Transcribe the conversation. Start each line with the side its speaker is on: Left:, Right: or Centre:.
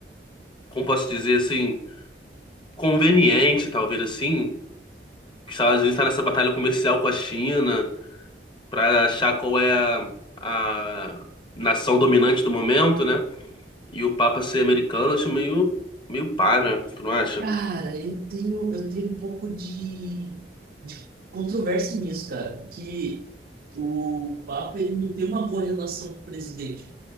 Left: como posso dizer assim, conveniente, talvez assim. Que os Estados Unidos tá nessa batalha comercial com a China. para achar qual é a, a nação dominante do momento, né? E o Papa ser americano, eu acho meio, meio pá, né? Tu não acha?
Right: Cara, eu tenho, eu tenho um pouco de, de controvérsia nisso, cara, porque o Papa ele não tem uma boa relação com o presidente